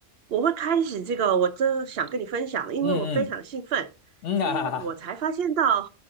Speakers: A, on the right; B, on the left.
A: 我会开始这个，我真的想跟你分享了因为我非常兴奋，
B: 嗯嗯嗯啊，
A: 因为我才发现到，